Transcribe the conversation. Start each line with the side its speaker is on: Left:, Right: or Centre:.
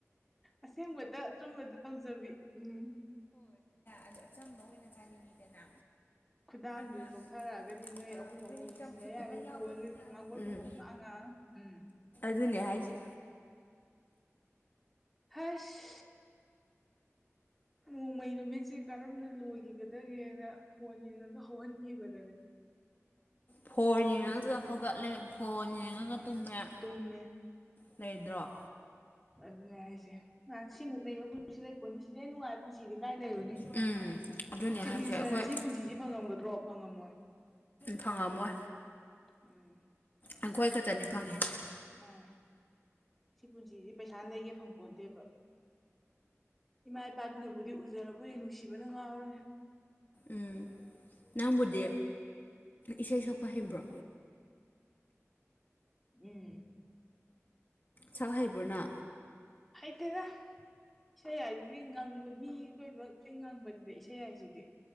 Centre: ꯑꯁꯦꯡꯕꯗ ꯑꯆꯨꯝꯕꯗ ꯇꯧꯖꯕꯤ ꯎꯝ
Left: ꯑꯗꯨ ꯑꯆꯝꯕ ꯑꯣꯏꯅ ꯆꯥꯅꯤꯡꯉꯤꯗꯅ
Centre: ꯈꯨꯗꯥꯡꯗꯨ
Left: ꯄꯨꯂꯞ
Centre: ꯆꯣꯛꯊꯔꯛꯑꯒꯗꯤ ꯅꯣꯏ
Left: ꯑꯩꯈꯣꯏꯗꯤ
Centre: ꯑꯍꯨꯝ ꯑꯃꯨꯛ ꯅꯨꯡꯁꯤꯟꯅ
Left: ꯆꯝꯐꯨꯠ
Centre: ꯌꯥꯅꯤꯦ
Left: ꯑꯃ ꯌꯥꯎꯕꯒꯤ
Centre: ꯐꯣꯟꯁꯦ ꯉꯥꯡꯕꯝ
Left: ꯎꯝ
Centre: ꯊꯣꯛꯄ ꯄꯨꯡꯉꯥꯡ ꯉꯥꯡꯉ ꯎꯝ
Left: ꯑꯗꯨꯅꯦ ꯍꯥꯏꯁꯦ
Centre: ꯍꯥꯏꯁ ꯅꯣꯡꯃꯩ ꯅꯨꯃꯤꯠꯁꯦ ꯀꯔꯝꯅ ꯂꯣꯏꯈꯤꯒꯗꯒꯦꯅ ꯐꯣꯟ ꯌꯦꯡꯉꯁꯨ ꯍꯧꯍꯟꯈꯤꯕꯅꯣ
Left: ꯐꯣꯟ
Centre: ꯅꯨꯃꯤꯠꯁꯦ
Left: ꯌꯦꯒ ꯍꯧꯒꯗꯂꯦ ꯐꯣꯟ ꯇꯨꯝꯃꯦ
Centre: ꯇꯨꯝꯃꯦ
Left: ꯂꯩꯗ꯭ꯔꯣ
Centre: ꯑꯗꯨꯅꯦ ꯑꯩꯁꯦ ꯅꯍꯥꯟ ꯁꯤꯃꯨꯛ ꯅꯩꯕ ꯄꯨꯟꯁꯤ ꯂꯩꯄꯣꯅꯤ ꯁꯤꯗꯩ ꯅꯨꯡꯉꯥꯏ ꯄꯨꯟꯁꯤꯗꯤ ꯀꯥꯏ ꯂꯩꯔꯨꯅꯤ
Left: ꯎꯝ ꯑꯗꯨꯅꯦ
Centre: ꯆꯤꯞ
Left: ꯍꯥꯏꯁꯦ
Centre: ꯃꯤꯅꯤꯁꯇꯔꯅ
Left: ꯑꯩꯈꯣꯏ
Centre: ꯁꯤ ꯄꯨꯟꯁꯤꯁꯤ ꯐꯪꯉꯝꯒꯗ꯭ꯔꯣ ꯐꯪꯉꯝꯃꯣꯏ
Left: ꯐꯪꯉ ꯑꯃꯣ
Centre: ꯎꯝ
Left: ꯑꯩꯪꯈꯣꯏ ꯈꯛꯇꯅꯤ ꯐꯪꯉꯁꯦ
Centre: ꯃꯥꯅꯦ ꯁꯤ ꯄꯨꯟꯁꯤꯁꯤ ꯄꯩꯁꯥꯅ ꯂꯩꯒꯦ ꯐꯪꯄꯣꯟꯠꯇꯦꯕ ꯏꯃꯥ ꯏꯄꯥꯗꯨꯅꯕꯨꯗꯤ ꯎꯖꯕꯨꯗꯤ ꯅꯨꯡꯁꯤꯕꯅ ꯉꯥꯡꯔꯅꯦ
Left: ꯎꯝ ꯅꯪꯕꯨꯗꯤ
Centre: ꯑꯩ
Left: ꯏꯁꯩ ꯁꯛꯄ ꯍꯩꯕ꯭ꯔꯣ
Centre: ꯎꯝ
Left: ꯁꯛ ꯍꯩꯕ꯭ꯔꯅ
Centre: ꯍꯩꯇꯦꯗ ꯏꯁꯩ ꯍꯥꯏꯁꯤꯗꯤ ꯉꯪꯕ ꯃꯤ ꯂꯣꯏꯃꯛ ꯍꯦꯡ ꯉꯪꯕꯅꯤꯗ ꯏꯁꯩ ꯍꯥꯏꯁꯤꯗꯤ